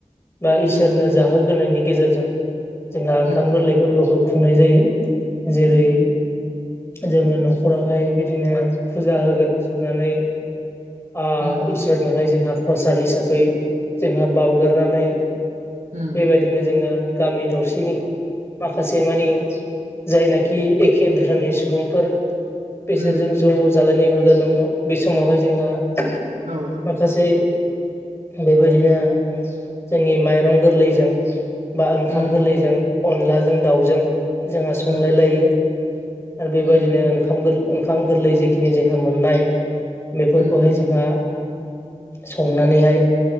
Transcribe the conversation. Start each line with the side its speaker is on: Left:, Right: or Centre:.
Left: बा इसोरनो
Right: उम उम
Left: जाहोग्रोनायनि गेजेरजों जोंहा ओंखाम
Right: उम
Left: गोरलै फोरबोखौ खुंनाय जायो। जेरै जोंङो न'खरावहाय बिदिनो फुजा होगोन होननानै आ
Right: उम
Left: इसोरनहाय जोंहा प्रसाद हिसाबै जोंहा बावगोरनानै
Right: उम
Left: बेबायदिनो जोंङो गामि दरसेनि माखासे मानि जायनाखि एखे धोरोमनि सुबुंफोर बेसोरजों
Right: उम
Left: ज' जालायनाय हुदा दंङ बे समावहाय जोंहा माखा
Right: औ
Left: माखासे बेबायदिनो जोंनि माइरं गोरलैजों बा ओंखाम
Right: उम
Left: गोरलैजों अनलाजों दाउजों जोंहा संलायलायो।
Right: उम
Left: आरो बेबायदिनो
Right: उम
Left: ओंखाम गोरलै जेखिनि जोंहा मोननाय बेफोरखौहाय
Right: उम
Left: जोंहा संनानैहाय